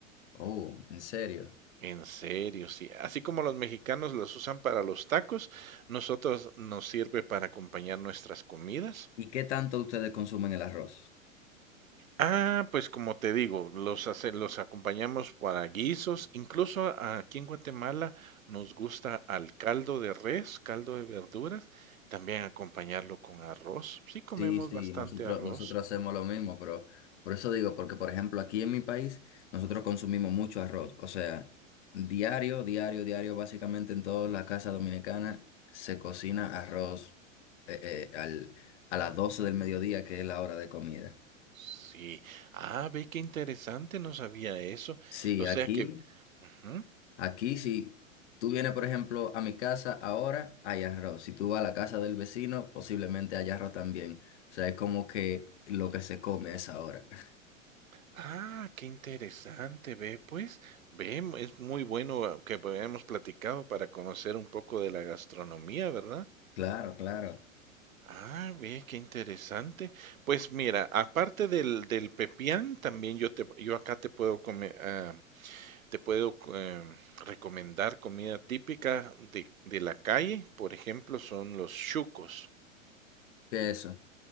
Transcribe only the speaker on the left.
Oh, ¿en serio?
¿Y qué tanto ustedes consumen el arroz?
Sí, sí,
nosotros,
nosotros hacemos lo mismo, pero por eso digo, porque por ejemplo aquí en mi país nosotros consumimos mucho arroz, o sea, diario, diario, diario, básicamente en toda la casa dominicana se cocina arroz eh, eh, al, a las 12 del mediodía, que es la hora de comida.
Sí,
aquí
Aquí, si tú vienes, por ejemplo, a mi casa ahora, hay arroz. Si tú vas a la casa del vecino, posiblemente haya arroz también. O sea, es como que lo que se come es ahora. <laughs>
Claro, claro.
¿Qué es eso?